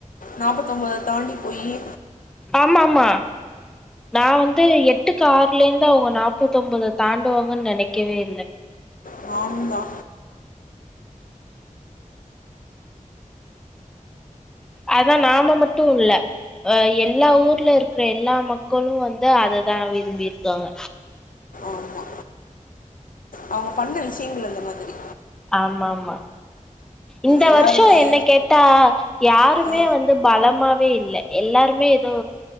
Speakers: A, on the left (about 80°); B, in the centre.
A: நாப்பதொம்போத தாண்டி <unintelligible>
B: ஆமாமா நா வந்து எட்டுக்கு ஆர்லேந்து அவங்க நாப்பதொம்போத தாண்டுவாங்கன்னு நெனைக்கவே இல்ல
A: நானும் தா
B: அதா நாம மட்டும் இல்ல அ எல்லா ஊர்ல இருக்கற எல்லா மக்களும் வந்து அத தா விரும்பிர்க்காங்க
A: ஆமா அவங்க பண்ண விஷயங்கள் அந்த மாதிரி
B: ஆமா ஆமா இந்த
A: எல்லாருடைய
B: வருஷம் என்ன கேட்டா யாருமே
A: ஆ
B: வந்து பலமா ப்பே இல்ல எல்லாருமே ஏதோ